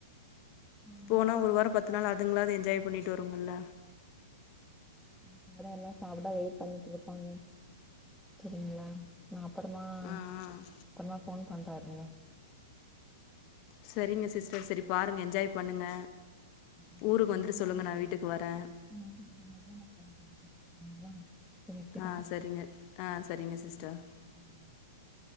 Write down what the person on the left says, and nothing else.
போனா ஒரு
வாரோ பத்து நாள் அதுங்களாது என்ஜாய் பண்ணிட்டு வருங்கல்ல
ம் ம்
செரிங்க சிஸ்டர் செரி பாருங்க என்ஜாய் பண்ணுங்க
ஊருக்கு வந்துட்டு
சொல்லுங்க
நா வீட்டுக்கு வரே
ஆ செரிங்க ஆ செரிங்க சிஸ்டர்